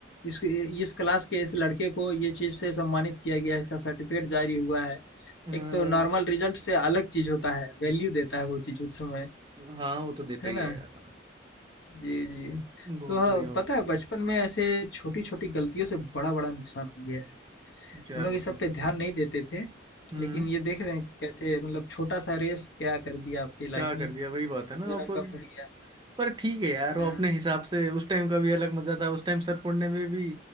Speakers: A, on the left; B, on the right.
A: इस इस क्लास के इस लड़के को ये चीज से सम्मानित किया गया इसका सर्टिफिकेट जारी हुआ है
B: हाँ
A: एक तो नॉर्मल रिजल्ट से अलग चीज होता है वैल्यू देता है वो चीज उस समय
B: हाँ, वो तो देता
A: है
B: ही
A: ना
B: है यार
A: जी जी
B: बहुत
A: तो हाँ,
B: बढ़िया हो
A: पता है बचपन में ऐसे छोटी छोटी गलतियों से बड़ा बड़ा नुकसान हो गया है
B: तो यार
A: हम लोग
B: वो
A: इस सब
B: तो
A: पे
B: है
A: ध्यान नहीं देते थे
B: हम्म।
A: लेकिन ये देख रहे हैं कैसे मतलब छोटा सा रेस क्या कर दिया आपकी लाइफ
B: क्या
A: में
B: कर दिया वही बात
A: सर
B: है ना आप
A: आपका फट गया
B: पर ठीक है यार
A: हाँ।
B: वो अपने हिसाब से उस टाइम का भी अलग मजा था उस टाइम सर फोड़ने में भी